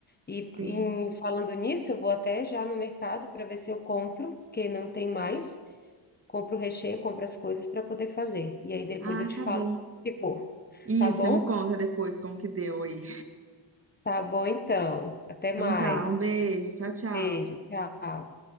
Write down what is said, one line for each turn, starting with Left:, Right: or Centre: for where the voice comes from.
Left: E
Right: Sim.
Left: em- falando nisso, eu vou até já no mercado para ver se eu compro, que não tem mais. Compro o recheio, compro as coisas para poder fazer. E aí depois
Right: Ah,
Left: eu te
Right: tá
Left: falo
Right: bom.
Left: como ficou.
Right: Isso,
Left: Tá bom?
Right: você me conta depois como que deu aí.
Left: Tá bom então. Até
Right: Então
Left: mais.
Right: tá, um beijo. Tchau, tchau.
Left: Beijo. Tchau.